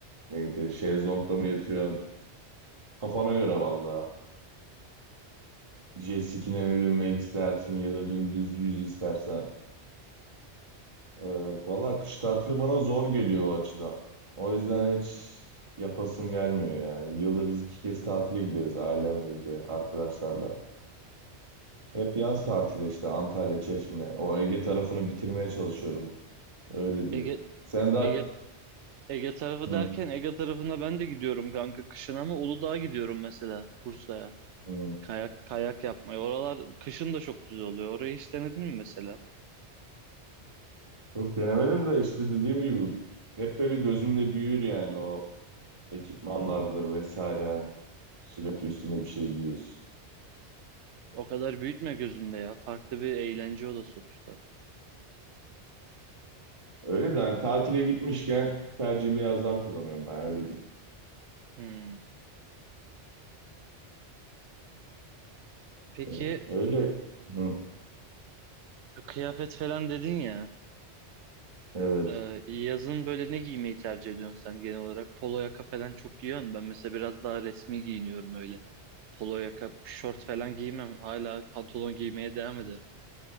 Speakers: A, on the right; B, on the right.
A: neydi? Şezlongda mı yatıyorsun? Kafana göre valla. Jet ski'ne mi binmek istersin ya da dümdüz yüz istersen. Ee, valla kış tatili bana zor geliyor o açıdan. O yüzden hiç yapasım gelmiyor yani. Yılda biz iki kez tatile gideriz ailemle bir de arkadaşlarla. Hep yaz tatili işte Antalya, Çeşme. O Ege tarafını bitirmeye çalışıyorum. Öyle diyeyim.
B: Ege
A: Sen daha...
B: Ege Ege tarafı
A: Hı,
B: derken Ege tarafına ben de gidiyorum kanka kışın ama Uludağ'a gidiyorum mesela Bursa'ya.
A: hı.
B: Kayak kayak yapmaya. Oralar kışın da çok güzel oluyor. Orayı hiç denedin mi mesela?
A: Çok denemedim de işte dediğim gibi hep böyle gözümde büyür yani o ekipmanlardır vesaire yani. Sürekli üstüne bir şey giyiyorsun.
B: O kadar büyütme gözünde ya. Farklı bir eğlence o da sonuçta.
A: Öyle de yani tatile gitmişken tercihimi yazdan kullanıyorum ben öyle
B: Hmm. Peki
A: Ee, Öyle. Hı,
B: kıyafet falan dedin ya.
A: evet.
B: Ee, yazın böyle ne giymeyi tercih ediyorsun sen genel olarak? Polo yaka falan çok giyiyorsun. Ben mesela biraz daha resmi giyiniyorum öyle. Polo yaka, şort falan giymem. Hala pantolon giymeye devam ederim.